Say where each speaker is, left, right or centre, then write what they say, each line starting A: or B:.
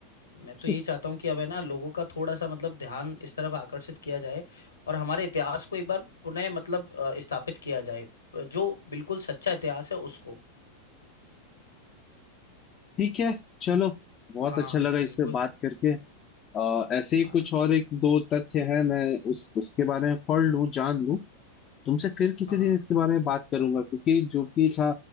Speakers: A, on the left; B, on the left.
A: मैं तो यही
B: है
A: चाहता हूँ कि अब है ना लोगों का थोड़ा सा मतलब ध्यान इस तरफ आकर्षित किया जाए और हमारे इतिहास को एक बार पुनः मतलब अ, स्थापित किया जाए अ, जो बिल्कुल सच्चा इतिहास है उसको
B: ठीक है चलो
A: तो
B: बहुत
A: हाँ
B: अच्छा लगा इससे
A: बिल्कुल
B: बात करके आ, ऐसे ही
A: हाँ
B: कुछ और एक दो तथ्य है मैं उस उसके बारे में पढ़ लूं जान लूं तुमसे फिर किसी
A: हाँ
B: दिन इसके बारे में बात करूंगा क्योंकि जो कि था